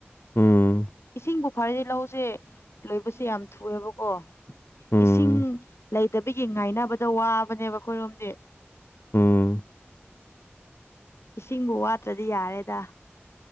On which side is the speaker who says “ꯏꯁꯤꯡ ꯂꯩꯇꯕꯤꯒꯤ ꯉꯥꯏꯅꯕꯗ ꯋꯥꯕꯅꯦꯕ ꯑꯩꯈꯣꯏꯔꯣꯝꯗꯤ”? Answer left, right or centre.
Left